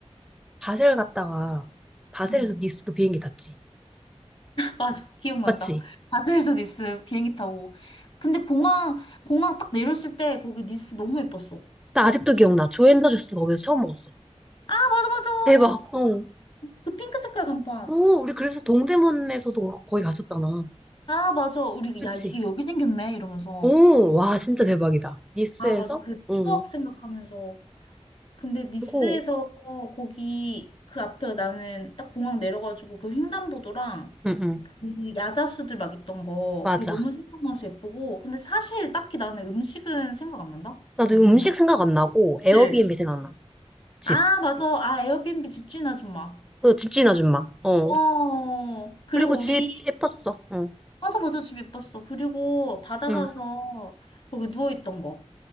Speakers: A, in the centre; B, on the left (about 50°).
A: 바셀 갔다가 바셀에서
B: 응.
A: 니스로 비행기 탔지.
B: 맞아. 기억난다.
A: 맞지?
B: 바젤에서 니스 비행기 타고. 근데 공항, 공항 딱 내렸을 때 거기 니스 너무 예뻤어.
A: 나 아직도 기억나. 조앤더 주스 거기서 처음 먹었어.
B: 아, 맞아, 맞아.
A: 대박. 어.
B: 그 핑크 색깔 간판.
A: 오, 우리 그래서 동대문에서도 거기 갔었잖아.
B: 아, 맞아. 우리,
A: 그치?
B: 야, 이게 여기 생겼네. 이러면서.
A: 오, 와, 진짜 대박이다. 니스에서?
B: 아, 맞아. 그
A: 응
B: 추억 생각하면서. 근데 니스에서
A: 그리고
B: 거기 그 앞에 나는 딱 공항 내려가지고 그 횡단보도랑
A: 응, 응.
B: 그 야자수들 막 있던 거.
A: 맞아.
B: 그게 너무 생각나서 예쁘고. 근데 사실 딱히 나는 음식은 생각 안 난다.
A: 나도
B: 니스는?
A: 이거 음식 생각 안 나고,
B: 그치?
A: 에어비앤비 생각나. 집.
B: 아, 맞아. 아, 에어비앤비 집주인 아줌마.
A: 그 집주인 아줌마. 어.
B: 어, 그리고
A: 그리고 집
B: 우리,
A: 예뻤어. 응.
B: 맞아, 맞아, 집 예뻤어. 그리고 바다
A: 응.
B: 가서 거기 누워있던 거.